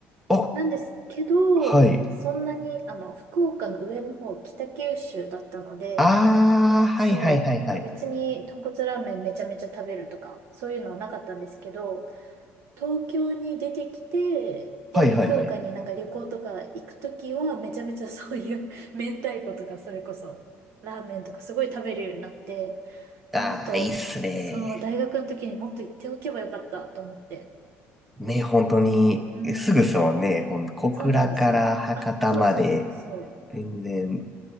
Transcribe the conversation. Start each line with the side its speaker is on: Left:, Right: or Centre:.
Centre: あ、
Right: なんですけど、
Centre: はい。
Right: そんなに、あの、福岡の上の方、北九州だったので、
Centre: ああ、はいはいはいはい。
Right: そう、なんか別に豚骨ラーメンめちゃめちゃ食べるとか、そういうのはなかったんですけど、東京に出てきて、で、
Centre: はいはいはい。
Right: 福岡になんか旅行とか行くときは、めちゃめちゃ <laughs> そういう <laughs> 明太子とか、それこそ、ラーメンとかすごい食べるようになって、あ、
Centre: ああ、
Right: もっと、
Centre: いいっすね。
Right: そう、大学の時にもっと行っておけばよかったと思って。
Centre: ね、本当に、
Right: うん、
Centre: すぐっすもんね。ほん、小倉から博多まで、
Right: そうなんですよ。あ、そうそうそうそう。
Centre: 全然、